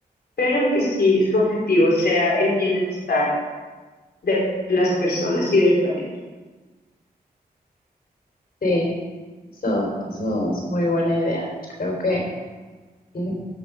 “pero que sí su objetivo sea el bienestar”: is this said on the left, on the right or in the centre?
Left